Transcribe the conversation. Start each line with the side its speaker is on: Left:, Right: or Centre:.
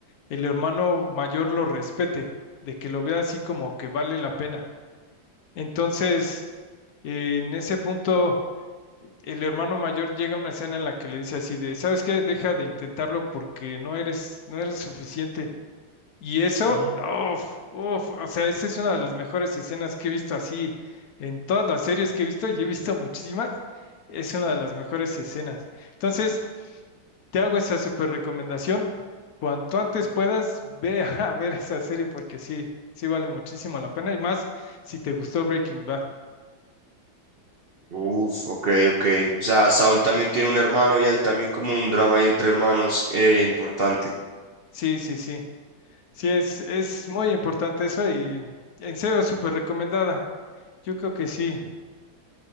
Left: el hermano mayor lo respete, de que lo vea así como que vale la pena. Entonces, eh, en ese punto, el hermano mayor llega a una escena en la que le dice así de, ¿sabes qué? Deja de intentarlo porque no eres, no eres suficiente. Y eso,
Right: Mm.
Left: uff, uff, o sea, esa es una de las mejores escenas que he visto así en todas las series que he visto, y he visto muchísimas, es una de las mejores escenas. Entonces, te hago esa súper recomendación. Cuanto antes puedas, ve <laughs> a ver esa serie porque sí, sí vale muchísimo la pena y más si te gustó Breaking Bad.
Right: Uf, ok, ok. O sea, Saul también tiene un hermano y hay también como un drama ahí entre hermanos eh, importante.
Left: Sí, sí, sí. Sí, es, es muy importante eso y en serio, súper recomendada. Yo creo que sí.